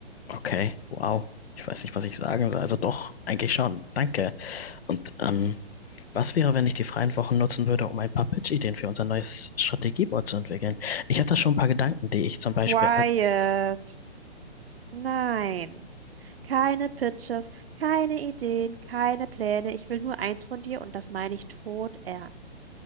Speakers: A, on the left; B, on the right.
A: Okay. Wow. Ich weiß nicht, was ich sagen soll. Also doch, eigentlich schon. Danke. Und ähm, was wäre, wenn ich die freien Wochen nutzen würde, um ein paar Pitch-Ideen für unser neues Strategieboard zu entwickeln? Ich habe da schon ein paar Gedanken, die ich zum Beispiel,
B: Wyatt. Nein. Keine Pitches, keine Ideen, keine Pläne. Ich will nur eins von dir und das meine ich todernst.